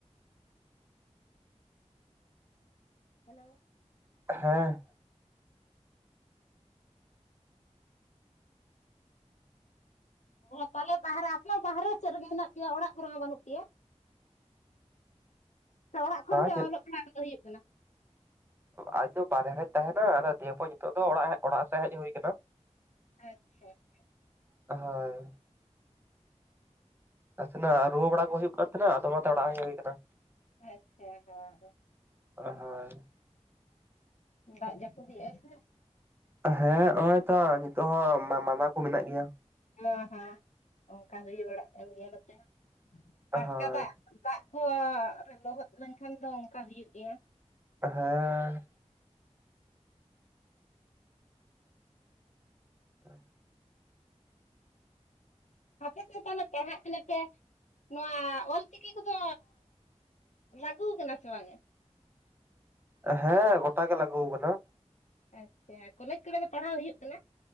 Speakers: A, on the left; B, on the right.
A: ᱦᱮᱞᱳ!
B: ᱦᱮᱸ᱾
A: ᱟᱨ ᱛᱟᱦᱞᱮ ᱵᱟᱦᱨᱮ ᱟᱯᱮ ᱵᱟᱦᱨᱮ ᱥᱮᱫ ᱨᱮᱜᱮ ᱢᱮᱱᱟᱜ ᱯᱮᱭᱟ, ᱚᱲᱟᱜ ᱠᱚᱨᱮ ᱦᱚᱸ ᱵᱟᱹᱱᱩᱜ ᱯᱮᱭᱟ?
B: <unintelligible>
A: ᱥᱮ ᱚᱲᱟᱜ ᱠᱷᱚᱱ
B: ᱵᱟᱝ
A: ᱜᱮ
B: ᱧᱤᱛ
A: ᱚᱞᱚᱜ ᱯᱟᱲᱦᱟᱜ ᱫᱚ ᱦᱩᱭᱩᱜ ᱠᱟᱱᱟ?
B: ᱟᱡ ᱫᱚ ᱵᱟᱨᱦᱮ ᱨᱮ ᱛᱟᱦᱮᱱᱟ ᱟᱫᱚ ᱫᱤᱭᱮ ᱯᱚᱨ ᱱᱤᱛᱚᱜ ᱫᱚ ᱚᱲᱟᱜ ᱚᱲᱟᱜ ᱥᱮᱡᱽ ᱦᱮᱡ ᱦᱩᱭ ᱟᱠᱟᱱᱟ᱾
A: ᱟᱪᱪᱷᱟ
B: ᱦᱳᱭ ᱱᱟᱥᱮ ᱱᱟᱜ ᱨᱩᱣᱟᱹ ᱵᱟᱲᱟ ᱠᱚ ᱦᱩᱭᱩᱜ ᱠᱟᱱ ᱛᱟᱦᱮᱱᱟ᱾ ᱟᱫᱚ ᱚᱱᱟᱛᱮ ᱚᱲᱟᱜ ᱦᱮᱡ ᱦᱩᱭ ᱟᱠᱟᱱᱟ᱾
A: ᱟᱪᱪᱷᱟ, ᱦᱳᱭ᱾
B: ᱦᱳᱭ
A: ᱫᱟᱜ ᱡᱟᱹᱯᱩᱫ ᱤᱫᱟᱭ ᱥᱮ?
B: ᱦᱮᱸ ᱱᱚᱜ ᱼᱚᱭ ᱛᱚ, ᱱᱤᱛᱚᱜ ᱦᱚᱸ ᱢᱟᱼ ᱢᱟᱫᱟ ᱠᱩ ᱢᱤᱱᱟᱜ ᱜᱤᱭᱟ᱾
A: ᱦᱟᱸ ᱦᱟᱸ ᱚᱱᱠᱟ ᱦᱳᱭ ᱵᱟᱲᱟᱜ ᱠᱟᱱ ᱜᱮᱭᱟ ᱱᱚᱛᱮ ᱦᱚᱸ, ᱴᱚᱴᱠᱟ
B: ᱦᱳᱭ
A: ᱫᱟᱜ ᱫᱟᱜ ᱠᱚ ᱨᱮ ᱞᱚᱦᱚᱫ ᱞᱮᱱᱠᱷᱟᱱ ᱫᱚ ᱚᱱᱠᱟ ᱦᱩᱭᱩᱜ ᱜᱮᱭᱟ᱾
B: ᱦᱮᱸ <unintelligible>
A: ᱦᱟᱯᱮ ᱥᱮᱫ ᱯᱟᱲᱦᱟᱜ ᱠᱟᱱᱟ ᱯᱮ᱾ ᱱᱚᱣᱟ ᱚᱞᱪᱤᱠᱤ ᱠᱚᱫᱚ ᱞᱟᱜᱩ ᱟᱠᱟᱱᱟ ᱥᱮ ᱵᱟᱝ ᱜᱮ?
B: ᱦᱮᱸ ᱜᱚᱴᱟ ᱜᱮ ᱞᱟᱜᱩ ᱟᱠᱟᱱᱟ᱾
A: ᱟᱪᱪᱷᱟ ᱠᱚᱞᱮᱡᱽ ᱠᱚᱨᱮ ᱫᱚ ᱯᱟᱲᱦᱟᱣ ᱦᱩᱭᱩᱜ ᱠᱟᱱᱟ?